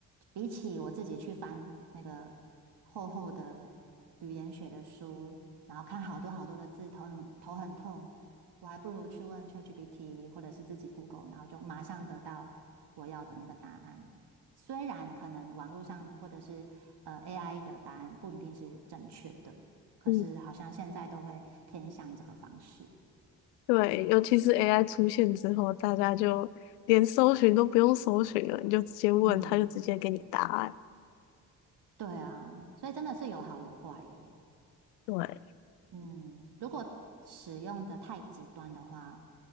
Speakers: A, on the right; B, on the left.
A: 比起我自己去翻那个厚厚的语言学的书，然后看好多好多的字，头很头很痛，我还不如去问 ChatGPT 或者是自己 Google，然后就马上得到我要的那个答案。虽然可能网络上或者是呃 AI 的答案不一定是正确的。可是好像现在都会偏向这个方式。
B: 嗯，对，尤其是 AI 出现之后，大家就连搜寻都不用搜寻了，你就直接问，
A: 嗯，
B: 他就直接给你答案。
A: 对啊，所以真的是有好有坏耶。
B: 对，
A: 嗯，如果使用的太极端的话，